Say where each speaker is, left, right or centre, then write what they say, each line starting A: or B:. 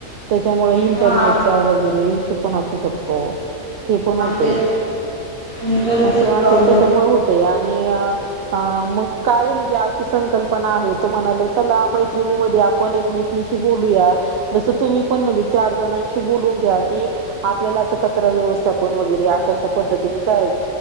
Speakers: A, on the right; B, on the right.
A: त्या त्यामुळे इंटरनेटचा
B: हा
A: वगैरे इशू पण असू शकतो. हे पण होते
B: तेच इंटरव्ह्यूचाच
A: <inaudible> असं
B: प्रॉब्लेम
A: असं त्याच्यामुळे होते आणि अ मग काय म्हणजे. संकल्पना आहे तुम्हाला चला मैत्रिणेमध्ये आपण एलन किंन सी बोलू या जस तुम्ही म्हणजे चार जणशी बून घ्या की आपल्या अस कचरा व्यवथान वगैरे अशाशा पद्धती कराय